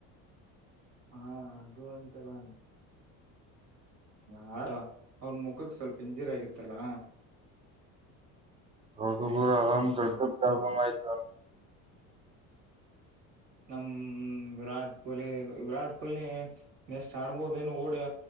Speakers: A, on the right; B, on the right.
A: ಹಾ ಅದು ಅಂತೆಲ್ಲ ಹ ಅವ್ರ ಮುಖಕ್ಕೆ ಸ್ವಲ್ಪ ಇಂಜಿರಿ ಆಗಿತ್ತಲ್ಲಾ
B: ಹೌದು ಗುರು ಅಂದೊಂದು ದೊಡ್ಡ ಪ್ರಾಬ್ಲಮ್ಆಯಿತು
A: ನಮ ವಿರಾಟ್ ಕೊಹ್ಲಿ ವಿರಾಟ್ ಕೊಹ್ಲಿ ನೆಸ್ಟ್ ಆಡ್ಬೋದ ಏನು ಓಡ್ಯ